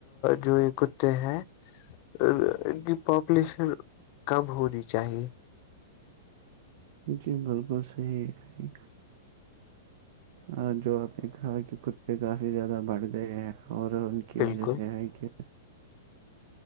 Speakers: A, on the left; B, on the right.
A: جو یہ کتے ہیں ا ان کی پاپولیشن کم ہونی چاہیے
B: جی بالکل صحیح ہے ہ جو آپ نے کہا کہ کتے کافی زیادہ بڑھ گئے ہیں اور ان کی
A: بالکل
B: وجہ سے یہ ہے کہ